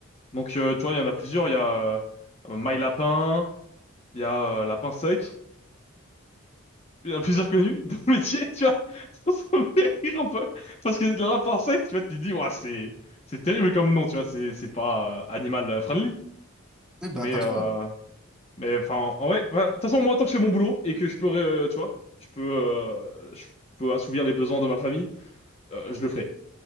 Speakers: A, on the left; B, in the centre.
A: Donc, euh, tu vois, il y en a plusieurs. Il y a euh, My Lapin, il y a euh, Lapin Sec. Il y en a plusieurs connus dans le métier, tu vois. <laughs> Ça me fait rire un peu. Parce que dans la pensée, tu vois, tu te dis, ouais, c'est, c'est terrible comme nom, tu vois, c'est, c'est pas euh, animal friendly.
B: Oui, bah
A: Mais,
B: pas
A: euh,
B: trop, oui.
A: mais enfin, en vrai, enfin, de toute façon, moi, tant que je fais mon boulot et que je peux, euh, tu vois, je peux, euh, je peux assouvir les besoins de ma famille, euh, je le ferai.